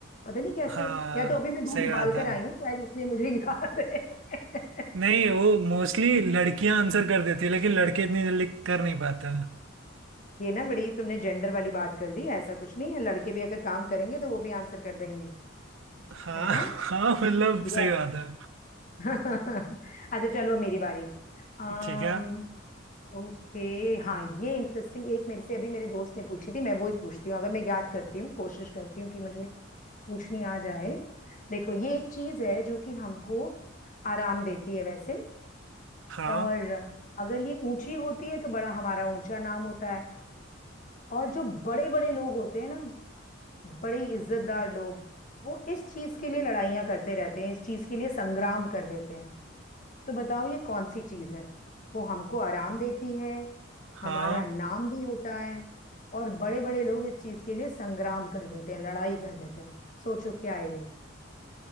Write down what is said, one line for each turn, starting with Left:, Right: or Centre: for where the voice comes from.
Left: पता नहीं कैसे
Right: हाँ
Left: या तो अभी मैं दूध
Right: सही
Left: उबाल
Right: बात है
Left: कर आई हूँ शायद इसलिए मुझे याद है <laughs>
Right: नहीं वो मोस्टली लड़कियां आंसर कर देती है लेकिन लड़के इतनी जल्दी कर नहीं पाते हैं
Left: ये ना बड़ी तुमने जेंडर वाली बात कर दी ऐसा कुछ नहीं है लड़के भी अगर काम करेंगे तो वो भी आंसर कर देंगे
Right: हाँ
Left: है ना
Right: <laughs> हाँ मतलब
Left: यस
Right: सही बात है
Left: <laughs> अच्छा चलो अब मेरी बारी अम्म
Right: ठीक है
Left: ओके हाँ ये इंटरेस्टिंग एक मेरे से अभी मेरे दोस्त ने पूछी थी मैं वो ही पूछती हूँ अगर मैं याद करती हूँ कोशिश करती हूँ कि मुझे पूछनी आ जाए देखो ये एक चीज है जो कि हमको आराम देती है वैसे
Right: हाँ
Left: और अगर ये ऊंची होती है तो बड़ा हमारा ऊंचा नाम होता है और जो बड़े बड़े लोग होते हैं ना बड़े इज्जतदार लोग वो इस चीज के लिए लड़ाइयाँ करते रहते हैं इस चीज के लिए संग्राम कर देते हैं तो बताओ ये कौन सी चीज है वो हमको आराम देती है
Right: हाँ
Left: हमारा नाम भी होता है और बड़े बड़े लोग इस चीज के लिए संग्राम कर देते हैं लड़ाई कर देते हैं सोचो क्या है ये